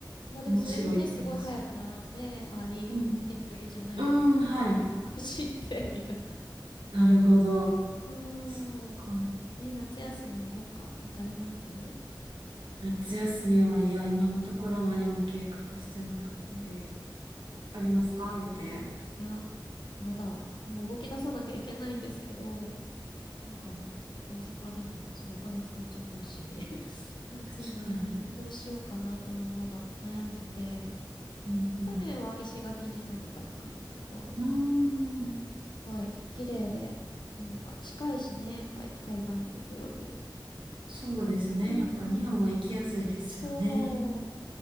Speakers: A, on the left; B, on the right.
A: まあでもそれもね、
B: 面白いって言います。
A: すごい早く並んで、アーリーエントリーじゃないですけど、
B: うん。うん、はい。
A: <laughs> 走って、みたい
B: なるほど。
A: な。うん。
B: そっか。
A: え、夏休みはどっか行かれます
B: 夏休みは、いや、今のところ何も計画してなくって。
A: うん
B: ありますか予定。
A: いや、まだ、もう動き出さなきゃいけないんですけど、なんか、大阪でもね、すごいお金使っちゃったし、<laughs> 夏ね、
B: 確かに。
A: どうしようかなって今まだ悩んでて、
B: うんうん。
A: 去年は石垣島とか行ったんですけど、
B: うーん。
A: すごい綺麗で、なんか近いしね、やっぱり海外行くより。
B: そうですね。
A: うー
B: やっぱ日本は行きやすいですよね。
A: ん、そう、